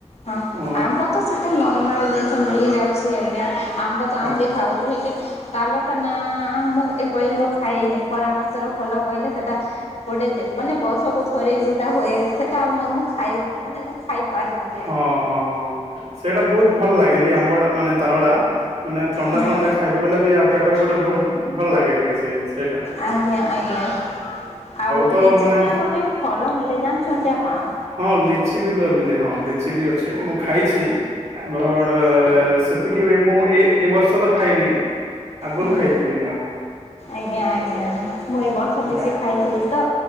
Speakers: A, on the left; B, on the right.
A: ହଁ
B: ଅ
A: ଆମ୍ବ ତ ସେଟା ନର୍ମାଲ ଜିନିଷ ମିଳିଯାଉଛି। କିଛି ଆଜ୍ଞା ଆମ୍ବ ତ
B: ହଁ
A: ଆମ୍ ବି ଖାଉଛୁ ହେଲେ ତାଲଟା ନା ମୁଁ ପର୍ଯ୍ୟନ୍ତ ଖାଇଏନି ଖରା ମାସ ର - ଭଲୋ କିଲେ ସେଇଟା ଗୋଟେ ମାନେ ବର୍ଷକୁ ଥରେ ଯୋଉଟା ହୁଏ ସେଟା। ଖାଇ ମ ଟ ଖାଇ ପାରିନି।
B: ହଁ ହଁ ହଁ ସେଇଟା ବହୁତ ଭଲ ଲାଗେ ବି ଆମ୍ବ ଟା ମାନେ ତାଲ। କଡ଼ା। ମାନେ ଥଣ୍ଡା
A: ହୁଁ
B: ଥଣ୍ଡା ଖାଇବା ବଲେ ବି ଆଉ ପେଟ ବି ଗୋଟେ। ଭଲ ଭଲ ଲାଗେ ଟିକେ ସେ। ସେଇଟା
A: ଆଜ୍ଞା ଆଜ୍ଞା ଆଉ
B: ତ
A: ଲିଚି
B: ମାନେ
A: ବୋଲି ଗୋଟେ ଫଲ ମିଳେ ଜାଣିଛନ୍ତି ଆପଣ।
B: ହଁ ଲିଚି ବି ମିଲେ ହଁ ଲିଚି ବି ଅଛି ମୁଁ ଖାଇଛି। ବଡ଼-ଅ-ଅ ସେ ଏତିକି ମୁଁ ଏ ଏ ବର୍ଷ ତ ଖାଇନି ଆଗରୁ
A: ହୁଁ
B: ଖାଇଥିଲି ମୁଁ।
A: ଆଜ୍ଞା ଆଜ୍ଞା ମୁଁ ଏ ବର୍ଷ
B: ହଁ
A: ଲିଚି ଖାଇଥିଲି ତ